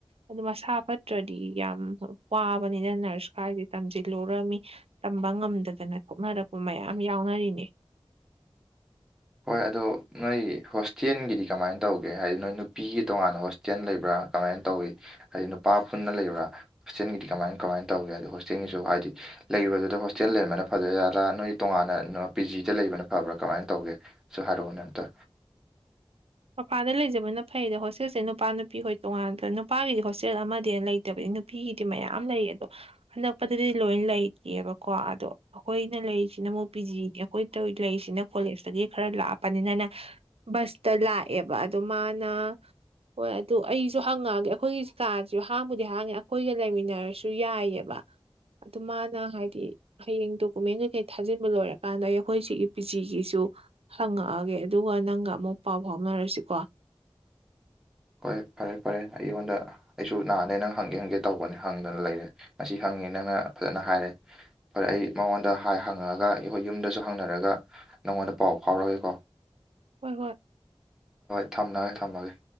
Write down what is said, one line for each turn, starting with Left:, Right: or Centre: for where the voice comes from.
Right: ꯑꯗ ꯃꯁꯥ ꯐꯠꯇꯔ꯭ꯗꯤ ꯌꯥꯝ ꯋꯥ ꯕꯅꯤꯅ ꯅꯔꯁ ꯈꯥꯏꯁꯦ ꯇꯝꯁꯤꯜꯂꯨꯔ ꯃꯤ ꯇꯝꯕ ꯉꯝꯗꯗꯅ ꯀꯣꯛꯅꯔꯛꯄ ꯃꯌꯥꯝ ꯌꯥꯎꯅꯔꯤꯅꯤ <inaudible>
Centre: <inaudible> ꯍꯣꯏ ꯑꯗꯣ ꯅꯣꯏꯒꯤ ꯍꯣꯁꯇꯦꯟꯒꯤꯗꯤ ꯀꯃꯥꯏ ꯇꯧꯒꯦ ꯍꯥꯏꯗꯤ ꯅꯣꯏ ꯅꯨꯄꯤꯒꯤ ꯇꯣꯉꯥꯟꯅ ꯍꯣꯁꯇꯦꯟ ꯂꯩꯕ꯭ꯔꯥ ꯀꯃꯥꯏꯅ ꯇꯧꯋꯤ ꯍꯥꯏꯗꯤ ꯅꯨꯄꯥ ꯄꯨꯟꯅ ꯂꯩꯕ꯭ꯔꯥ ꯍꯣꯁꯇꯦꯟꯒꯤꯗꯤ ꯀꯃꯥꯏ ꯀꯃꯥꯏ ꯇꯧꯒꯦ ꯍꯥꯏꯗꯣ ꯍꯣꯁꯇꯦꯜꯒꯤꯁꯨ ꯍꯥꯏꯗꯤ ꯂꯩꯕꯗꯨꯗ ꯍꯣꯁꯇꯦꯜ ꯂꯩꯔꯝꯕꯅ ꯐꯗꯣꯏ ꯖꯥꯥꯠꯂ ꯅꯣꯏ ꯇꯣꯉꯥꯟꯅ ꯄꯤ ꯖꯤꯗ ꯂꯩꯕꯅ ꯐꯕ꯭ꯔꯥ ꯀꯃꯥꯏꯅ ꯇꯧꯒꯦ ꯁꯨꯍꯏꯔꯛ ꯑꯣꯅꯦ ꯑꯝꯇ
Right: ꯃꯄꯥꯥꯟꯗ ꯂꯩꯖꯕꯅ ꯐꯩꯗ ꯍꯣꯁꯇꯦꯜꯁꯦ ꯅꯨꯄꯥ ꯅꯨꯄꯤ ꯍꯣꯏ ꯇꯣꯉꯥꯟꯗ ꯅꯨꯄꯥꯒꯤꯗꯤ ꯍꯣꯁꯇꯦꯜ ꯑꯃꯗꯩꯩ ꯍꯦꯟ ꯂꯩꯇꯕ ꯅꯨꯄꯤꯒꯤꯗꯤ ꯃꯌꯥꯝ ꯂꯩ ꯑꯗꯣ ꯑꯅꯛꯄꯗꯗꯤ ꯂꯣꯏꯅ ꯂꯩꯇꯦꯕꯀꯣ ꯑꯗꯣ ꯑꯩꯈꯣꯏꯅ ꯂꯩ ꯁꯤꯅ ꯑꯃꯨꯛ ꯄꯤ ꯖꯤ ꯑꯩꯈꯣꯏ ꯇ ꯂꯩꯁꯤꯅ ꯀꯣꯂꯦꯖꯇꯒꯤ ꯈꯔ ꯂꯥꯞꯄꯅꯤꯅꯅ ꯕꯁꯇ ꯂꯥꯛ ꯑꯕ ꯑꯗꯣ ꯃꯥꯅ ꯍꯣꯏ ꯑꯗꯨ ꯑꯩꯁꯨ ꯍꯪꯉꯛꯑꯒꯦ ꯑꯩꯈꯣꯏꯁꯤ ꯀꯥꯁꯨ ꯍꯥꯡꯕꯨꯗꯤ ꯍꯥꯡꯉꯦ ꯑꯩꯈꯣꯏꯒ ꯂꯩꯃꯤꯟꯅꯔꯁꯨ ꯌꯥꯏꯌꯦꯕ ꯑꯗꯨ ꯃꯥꯅ ꯍꯥꯏꯗꯤ ꯍꯌꯦꯡ ꯗꯣꯀꯨꯃꯦꯟ ꯀꯩꯀꯩ ꯊꯥꯖꯤꯟꯕ ꯂꯣꯏꯔꯀꯥꯟꯗ ꯑꯩꯈꯣꯏ ꯁꯤꯒꯤ ꯄꯤ ꯖꯤꯒꯤꯁꯨ ꯍꯪꯉꯛꯑꯒꯦ ꯑꯗꯨꯒ ꯅꯪꯒ ꯑꯃꯨꯛ ꯄꯥꯎ ꯐꯥꯎꯅꯔꯁꯤꯀꯣ
Centre: ꯍꯣꯏ ꯐꯔꯦ ꯐꯔꯦ ꯑꯩꯉꯣꯟꯗ ꯑꯩꯁꯨ ꯅꯍꯥꯟꯗꯩ ꯅꯪ ꯍꯪꯒꯦ ꯍꯪꯒꯦ ꯇꯧꯕꯅꯦ ꯍꯪꯗꯅ ꯂꯩꯔꯦ ꯉꯁꯤ ꯍꯪ ꯅꯪꯅ ꯐꯖꯅ ꯍꯥꯏꯔꯦ ꯐꯔꯦ ꯑꯩ ꯃꯉꯣꯟꯗ ꯍꯥꯏ ꯍꯪꯉꯒ ꯑꯩ ꯍꯣꯏ ꯌꯨꯝꯗꯁꯨ ꯍꯪꯅꯔꯒ ꯅꯪꯉꯣꯟꯗ ꯄꯥꯎ ꯐꯥꯎꯔꯛꯑꯒꯦꯀꯣ
Right: ꯍꯣꯏ ꯍꯣꯏ
Centre: ꯊꯝꯅꯒꯦ ꯊꯝꯃꯒꯦ